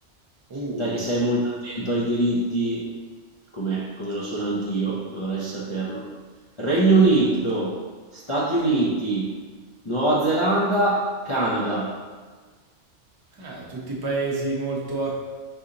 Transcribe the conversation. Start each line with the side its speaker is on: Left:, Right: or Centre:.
Right: Uh.
Left: Te che sei molto attento ai diritti, come, come lo sono anch'io, dovrai saperlo. Regno Unito, Stati Uniti, Nuova Zelanda, Canada.
Right: Eh, tutti paesi molto